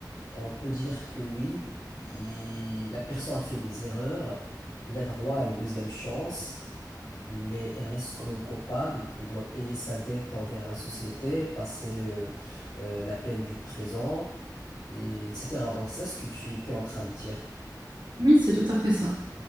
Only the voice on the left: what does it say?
On peut dire que oui, il- la personne a fait des erreurs, il a droit à une deuxième chance, mais elle reste quand même coupable. Elle doit payer sa dette envers la société, passer euh, euh, la peine du présent, et- etc. Donc c'est ça ce que tu étais en train de dire.